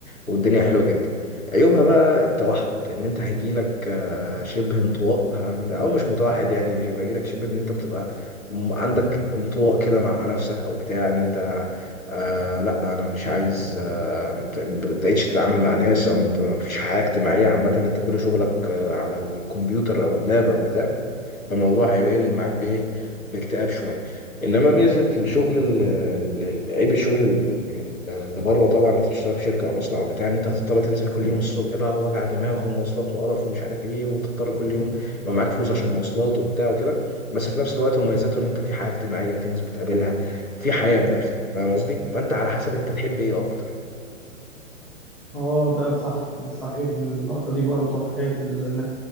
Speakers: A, on the left (about 85°); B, in the centre.
A: والدنيا حلوة جدا عيوبها بقى التوحد ان انت هيجيلك آه، شبه انطواء هم- او مش متوحد يعني بيبقى يجيلك شبه ان انت بتبقى م- عندك انطواء كده مع نفسك او بتاع ان انت آه لا انا مش عايز آه مت- ما بتبقاش تتعامل مع ناس او مب- مفيش حياة اجتماعية عامة انت كل شغلك آه على الكمبيوتر او اللاب او بتاع فالموضوع هيبقى يقلب معاك بايه باكتئاب شويه انما ميزه الشغل ال- ال- ال- عيب الشغل ال- ال- اللي بره طبعا إن انت بتشتغل في شركه او مصنع او بتاع ان انت هتضطر تنزل كل يوم الصبح بقى وجع دماغ ومواصلات وقرف ومش عارف ايه وتضطر كل يوم يبقى معاك فلوس عشان مواصلات وبتاع وكده بس في نفس الوقت مميزاته ان انت في حياه اجتماعيه في ناس بتقابلها في حياه من الاخر فاهم قصدي فانت على حسب انت تحب ايه اكتر
B: اه ده صح صحيح النقطة دي برضو حكاية ال- انك